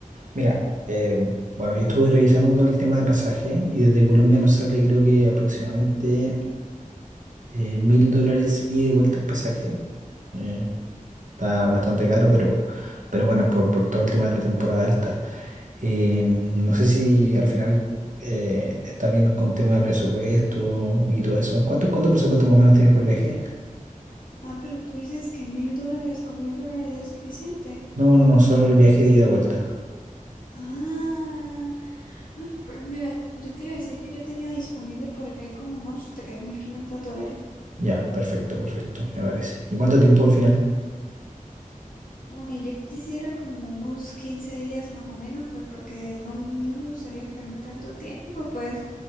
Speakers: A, on the right; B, on the left.
A: Mira, eh, bueno, yo estuve revisando todo el tema de pasaje y desde Colombia nos sale creo que aproximadamente eh, mil dólares y de vuelta el pasaje. Eh, está bastante caro, pero, pero bueno, por, por todo el tema de la temporada alta. Eh, no sé si al final eh, estás bien con tema de presupuesto y todo eso. ¿Cuánto, cuánto presupuesto más o menos tienes por el viaje?
B: Ah, pero tú dices que mil dólares con mil dólares es suficiente.
A: No, no, no, solo el viaje de ida y vuelta.
B: Ah, mm, pues mira, yo te iba a decir que yo tenía disponible por ahí como unos 3.500 dólares.
A: Ya, perfecto, perfecto, me parece. ¿Y cuánto tiempo al final?
B: Uy, yo quisiera como unos 15 días más o menos, pues porque no, no me gustaría quedarme tanto tiempo, pues,